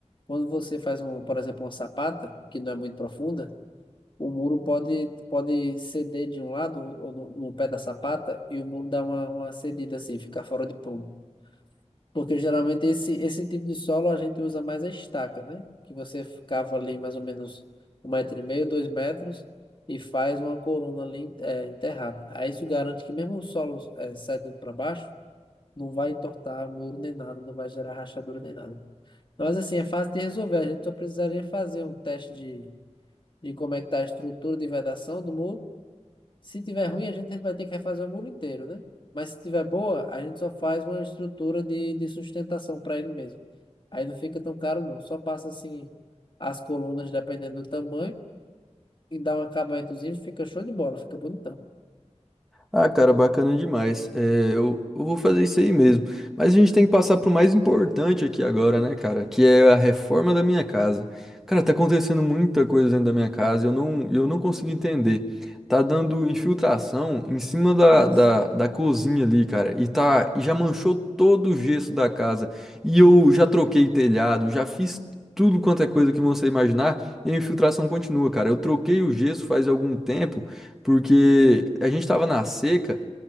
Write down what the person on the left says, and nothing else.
quando você faz um, por exemplo, uma sapata, que não é muito profunda, o muro pode pode ceder de um lado ou, ou no, no pé da sapata e o muro dá uma, uma cedida assim, ficar fora de prumo. Porque geralmente esse, esse tipo de solo a gente usa mais a estaca, né? Que você cava ali mais ou menos um metro e meio, dois metros e faz uma coluna ali é, enterrada. Aí isso garante que mesmo o solo é, dentro para baixo, não vai entortar muro nem nada, não vai gerar rachadura nem nada. Mas assim, é fácil de resolver. A gente só precisaria fazer um teste de, de como é que está a estrutura de vedação do muro se tiver ruim, a gente vai ter que refazer o muro inteiro, né? Mas se tiver boa, a gente só faz uma estrutura de, de sustentação para ele mesmo. Aí não fica tão caro, não. Só passa assim as colunas, dependendo do tamanho, e dá um acabamentozinho, fica show de bola, fica bonitão.
Ah,
Nossa,